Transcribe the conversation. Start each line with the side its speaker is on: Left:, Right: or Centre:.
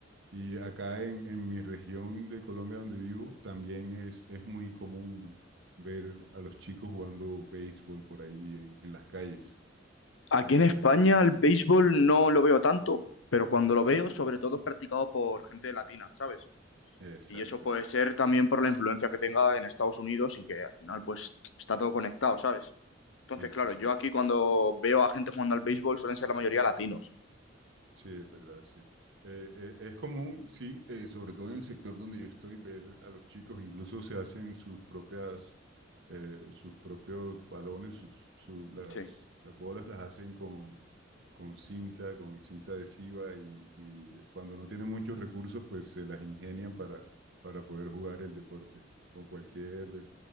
Right: Y acá en, en mi región de Colombia donde vivo, también es, es muy común ver a los chicos jugando béisbol por ahí en, en las calles.
Left: Aquí
Right: Ento-
Left: en España el béisbol no lo veo tanto, pero cuando lo veo, sobre todo es practicado por gente latina, ¿sabes?
Right: exacto.
Left: Y eso puede ser también por la influencia que tenga en Estados Unidos y que al final, pues, está todo conectado, ¿sabes?
Right: Sí,
Left: Entonces,
Right: sí,
Left: claro,
Right: sí.
Left: yo aquí cuando veo a gente jugando al béisbol suelen ser la mayoría latinos.
Right: Sí, es verdad, sí. Eh, eh, es común, sí, eh, sobre todo en el sector donde yo estoy, ver a los chicos, incluso se hacen sus propias, eh, sus propios balones, sus, su- las,
Left: Sí.
Right: las bolas las hacen con, con cinta, con cinta adhesiva y, y cuando no tienen muchos recursos, pues se las ingenian para, para poder jugar el deporte con cualquier,